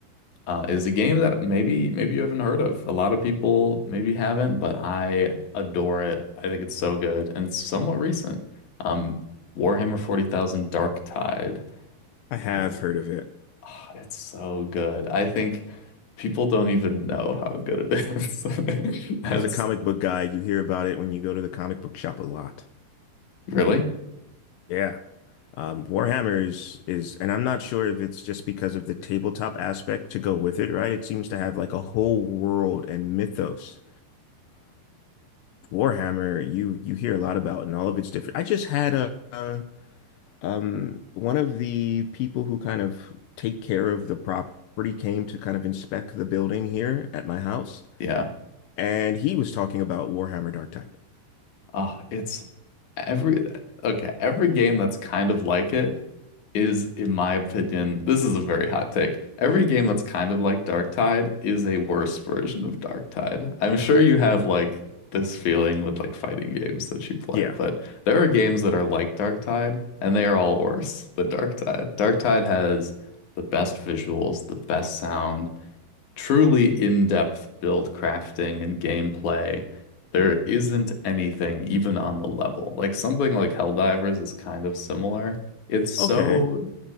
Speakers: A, on the left; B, on the left.
A: uh, is a game that maybe maybe you haven't heard of. A lot of people maybe haven't, but I adore it. I think it's so good, and it's somewhat recent. Um, Warhammer 40,000 Darktide.
B: I have
A: Mm.
B: heard of it.
A: Ah, it's so good. I think people don't even know how good it is. <laughs> That's
B: As a comic book guy, you hear about it when you go to the comic book shop a lot.
A: really?
B: Yeah. Um, Warhammer is, is, and I'm not sure if it's just because of the tabletop aspect to go with it, right? It seems to have like a whole world and mythos. Warhammer, you you hear a lot about, and all of it's different. I just had a, a um one of the people who kind of take care of the property came to kind of inspect the building here at my house,
A: Yeah.
B: and he was talking about Warhammer Dark Tide.
A: Oh, it's every okay, every game that's kind of like it is, in my opinion, this is a very hot take. Every game that's kind of like Darktide is a worse version of Darktide. I'm sure you have like this feeling with like fighting games that you play,
B: Yeah.
A: but there are games that are like Darktide and they are all worse than Darktide. Darktide has the best visuals, the best sound, truly in-depth build crafting and gameplay, there isn't anything even on the level. Like something like Helldivers is kind of similar. It's so
B: Okay.